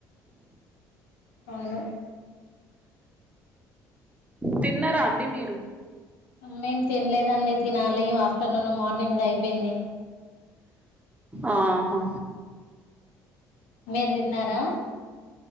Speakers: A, on the left (about 80°); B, on the right (about 15°).
A: అవును
B: తిన్నారా అండి మీరు?
A: మేం తినలేదండి తినాలి ఆఫ్టర్నూన్, మార్నింగ్ది అయిపోయింది.
B: ఆహా
A: మీరు తిన్నారా?